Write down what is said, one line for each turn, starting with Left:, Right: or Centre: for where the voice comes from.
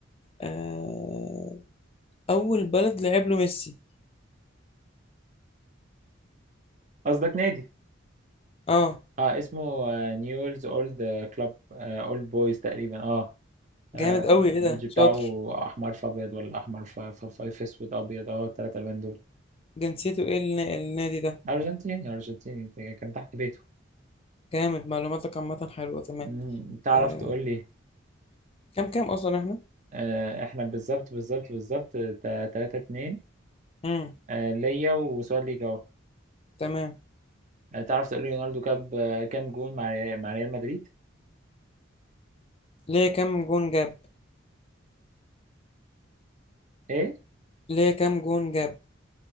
Left: أه اول بلد لعب له ميسي
Right: قصدك نادي
Left: اه
Right: اه اسمه آه نيولز اولد كلاب اولد بويز تقريبا اه آه،
Left: جامد قوي
Right: البيدج
Left: ايه ده
Right: بتاعه
Left: شاطر
Right: احمر في ابيض ولا احمر في في- في- في اسود ابيض اه الثلاث الوان دول
Left: جنسيته ايه الن- النادي ده
Right: ارجنتيني ارجنتيني كان تحت بيته
Left: جامد معلوماتك عامه حلوه تمام
Right: مم، تعرف
Left: آه.
Right: تقول لي
Left: كام كام اصلا احنا
Right: آه احنا بالظبط بالظبط بالظبط 3 2
Left: امم
Right: آه ليا وسؤال ليك اهو
Left: تمام
Right: آه، تعرف تقول لي رونالدو جاب آه، كام جون مع ريال- مع ريال مدريد
Left: ليه كام جون جاب
Right: ايه
Left: ليه كام جون جاب